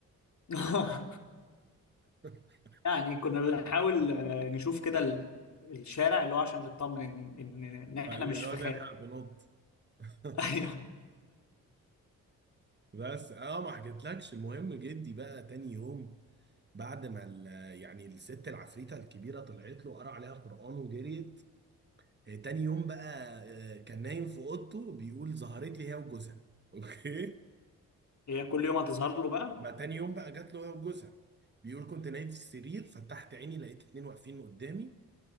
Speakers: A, on the left; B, on the right.
A: <laughs>
B: <laughs>
A: يعني كنا بنحاول آه، نشوف كده ال- الشارع اللي هو عشان نطمن ان ان إن احنا
B: فاللي
A: مش في
B: هو نلحق
A: خارج
B: بنط <laughs>
A: <laughs> أيوه.
B: بس اه ما حكيتلكش المهم جدي بقى تاني يوم بعد ما ال- يعني الست العفريته الكبيره طلعت له قرا عليها قران وجريت آه، تاني يوم بقى آه، كان نايم في اوضته بيقول ظهرت لي هي وجوزها اوكي
A: هي كل يوم هتظهر له
B: <laughs>
A: بقى
B: بقى تاني يوم بقى جات له هي وجوزها بيقول كنت نايم في السرير فتحت عيني لقيت اتنين واقفين قدامي